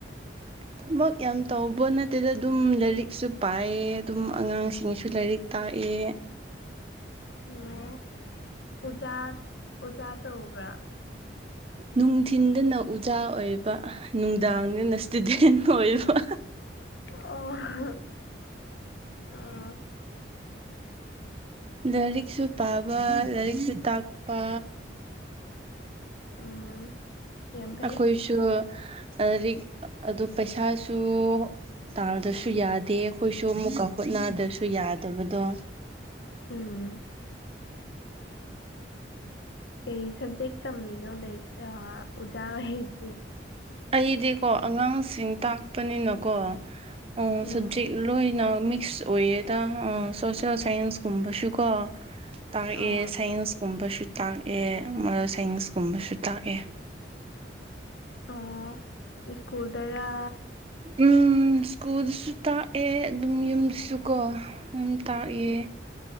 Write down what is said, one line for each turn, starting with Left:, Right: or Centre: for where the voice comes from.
Right: ꯊꯕꯛ ꯌꯥꯝ ꯇꯧꯕ ꯅꯠꯇꯦꯗ ꯑꯗꯨꯝ ꯂꯥꯏꯔꯤꯛꯁꯨ ꯄꯥꯏꯌꯦ ꯑꯗꯨꯝ ꯑꯉꯥꯡꯁꯤꯡꯁꯨ ꯂꯥꯏꯔꯤꯛ ꯇꯥꯛꯑꯦ
Left: ꯑꯣ ꯎꯖꯥ ꯑꯣꯖꯥ ꯇꯧꯕ꯭ꯔꯥ
Right: ꯅꯨꯡꯊꯤꯟꯗꯅ ꯎꯖꯥ ꯑꯣꯏꯕ ꯅꯨꯡꯗꯥꯡꯗꯅ ꯏꯁ꯭ꯇꯨꯗꯦꯟ ꯑꯣꯏꯕ
Left: ꯑꯣ ꯑꫭ
Right: ꯂꯥꯏꯔꯤꯛꯁꯨ ꯄꯥꯕ ꯂꯥꯏꯔꯤꯛꯁꯨ ꯇꯥꯛꯄ
Left: ꯎꯝ ꯌꯥꯝ ꯐꯩ
Right: ꯑꯩꯈꯣꯏꯁꯨ ꯂꯥꯔꯤꯛ ꯑꯗꫭ ꯄꯩꯁꯥꯁꯨ ꯇꯥꯜꯗ꯭ꯔꯁꯨ ꯌꯥꯗꯦ ꯑꯩꯈꯣꯏꯁꯨ ꯑꯃꯨꯛꯀ ꯍꯨꯠꯅꯗ꯭ꯔꯁꯨ ꯌꯥꯗꯕꯗꯣ
Left: ꯎꯝ ꯀꯩ ꯁꯕꯖꯦꯛ ꯇꯝꯃꯤꯅꯣꯗ ꯂꯥꯏꯛ ꯑꯣꯖꯥ ꯑꯣꯏꯁꯦ
Right: ꯑꯩꯗꯤꯀꯣ ꯑꯉꯥꯡꯁꯤꯡ ꯇꯥꯛꯄꯅꯤꯅꯀꯣ ꯎ
Left: ꯎꯝ
Right: ꯁꯕꯖꯦꯛ ꯂꯣꯏꯅ ꯃꯤꯛꯁ ꯑꯣꯏꯌꯦꯗ ꯁꯣꯁꯦꯜ ꯁꯥꯏꯟꯁꯀꯨꯝꯕꯁꯨꯀꯣ ꯇꯥꯛꯑꯦ
Left: ꯑꯣ
Right: ꯁꯥꯏꯟꯁꯀꯨꯝꯕꯁꯨ ꯇꯥꯛꯑꯦ ꯃꫭꯔꯦꯜ ꯁꯥꯏꯟꯁꯀꯨꯝꯕꯁꯨ ꯇꯥꯛꯑꯦ
Left: ꯑꯣ ꯏꯁ꯭ꯀꯨꯜ ꯗꯔꯥ
Right: ꯎꯝ ꯏꯁ꯭ꯀꯨꯜꯗꯨꯁꯨ ꯇꯥꯛꯑꯦ ꯑꯗꯨꯝ ꯌꯨꯝꯗꯁꯨ ꯀꯣ ꯇꯥꯛꯑꯦ
Left: ꯌꯨꯝ